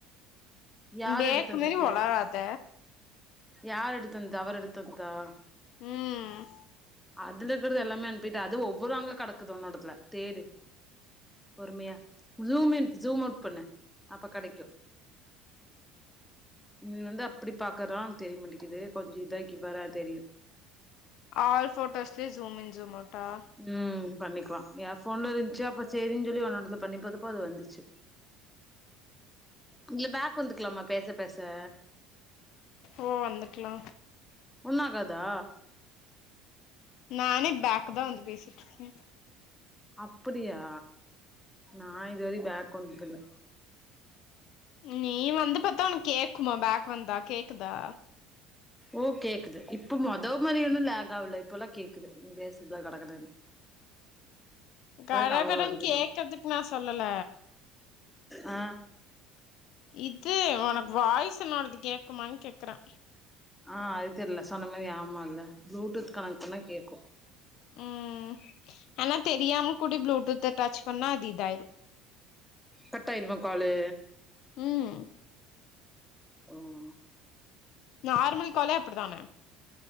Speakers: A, in the centre; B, on the left.
A: யார்
B: பேக்கு
A: எடுத் தந்தது
B: மாரி ஒளராத
A: யார் எடுத்தந்தது அவர் எடுத்து தந்தா
B: ம்
A: அதுல இருக்கறிது எல்லாமே அனுப்பிட்ட அது ஒவ்வொருவங்களு கிடக்குது ஒன்னோடதுல தேடு பொறுமையா ஜூம் இன் ஜூம் அவுட் பண்ண அப்ப கெடைக்கு நீ வந்து அப்பிடி பாக்குறானால உனுக்கு தெரிய மாட்டேக்கிது கொஞ்சோ இதாக்கி பாரே தெரியு
B: ஆல்ஃபோட்டோஸ்லே ஜூம் இன் ஜூம் அவுட்டா
A: ம் பண்ணிக்கலா ஏன் போன்ல இருந்துச்சு அப்றோ செரின் சொல்லி ஒன்ன எடத்து பண்ணி போதுப்போ அது வந்துச்சு பேக் இதுல வந்துக்கலாமா பேச பேஸ் ச
B: ஓ வந்துக்லா
A: ஒன்னு ஆகாதா
B: நானே பேக்கு தா வந்து பேசிட்டுருக்கே
A: அப்படியா நா இதுவரையு பேக் வந்ததுல்ல
B: நீ வந்து பாத்தா உனக்கு கேக்குமா பேக் வந்தா கேக்குதா
A: ஓ கேக்குது இப்ப மொத மாறியொன்னு லேகாவல இப்பல்லா கேக்குது நீ பேசுத்து கடக்கடன்னு
B: கடகடன்
A: டவர் வருது
B: கேக்கறதுக்கு
A: போல
B: நா சொல்லல
A: ஆ
B: இது உனக்கு வாய்ஸ் என்னோடது கேக்குமான் கேக்கறே
A: ஆ அது தெர்ல சொன்ன மாரி ஆமா இல்ல ப்ளூடூத் கனெக்ட் பண்ணா கேக்கு
B: ம் ஆனா தெரியாம கூடி ப்ளூடூத்த டச் பண்ணா அது இதாயிரும்
A: கட்டாயிருமா காலு
B: ம்
A: உம்
B: நார்மல் காலே அப்படிதானே